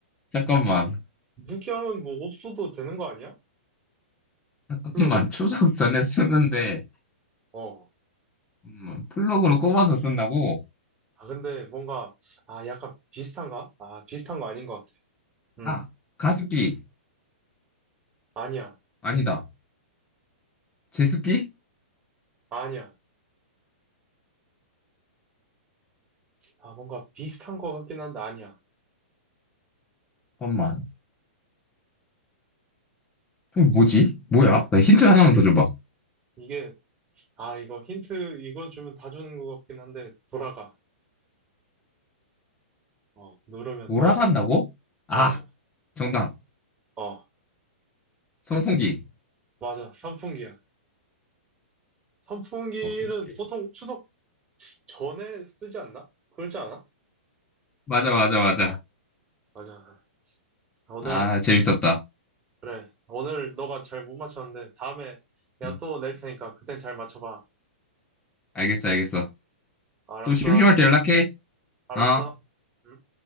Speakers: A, on the left; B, on the right.
A: 잠깐만,
B: 무기함은 뭐 없어도 되는 거 아니야?
A: 잠깐만,
B: 플러그?
A: 추석 전에 쓰는데,
B: 어.
A: 음, 플러그로 꼽아서 쓴다고?
B: 아, 근데 뭔가, 아, 약간 비슷한가? 아, 비슷한 거 아닌 것 같아. 음,
A: 아, 가습기.
B: 아니야.
A: 아니다. 제습기?
B: 아니야. 아, 뭔가 비슷한 것 같긴 한데, 아니야.
A: 잠깐만, 이거 뭐지? 뭐야? 나 힌트 하나만 더 줘봐.
B: 이게, 아, 이거 힌트, 이거 주면 다 주는 것 같긴 한데, 돌아가. 어, 누르면
A: 돌아간다고?
B: 돌아가.
A: 아,
B: 어,
A: 정답.
B: 어,
A: 선풍기.
B: 맞아. 선풍기야. 선풍기는
A: 오케이, 오케이.
B: 보통 추석 전에 쓰지 않나? 그러지 않아?
A: 맞아, 맞아, 맞아.
B: 맞아. 오늘,
A: 아, 재밌었다.
B: 그래. 오늘 너가 잘 못 맞췄는데, 다음에 내가
A: 음,
B: 또 낼 테니까 그땐 잘 맞춰봐.
A: 알겠어, 알겠어.
B: 알았어?
A: 또 심심할 때 연락해.
B: 알았어?
A: 어.
B: 응?